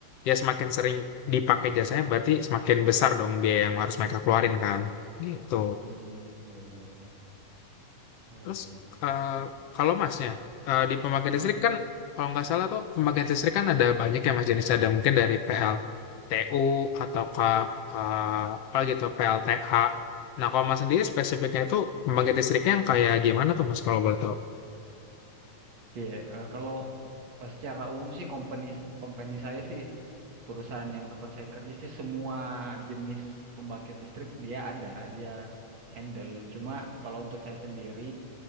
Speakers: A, on the left; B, on the right.
A: ya semakin sering dipakai jasanya berarti semakin besar dong biaya yang harus mereka keluarin kan. Gitu.
B: Hmm, ya ya ya ya. Oh
A: Terus,
B: ya ya.
A: eee, kalau Masnya, eee, di pembangkit
B: Hmm.
A: listrik kan kalau nggak salah tuh pembangkit listrik kan ada banyak ya Mas jenisnya, ada mungkin dari PLTU ataukah, eee, apa gitu, PLTA. Nah kalau Mas sendiri spesifiknya itu pembangkit listriknya yang kayak gimana tuh Mas kalau boleh tahu?
B: Oke, eh, kalau eh, secara umum sih company company saya sih perusahaan yang tempat saya kerja sih semua jenis pembangkit listrik dia ada, dia handle. Cuma kalau untuk saya sendiri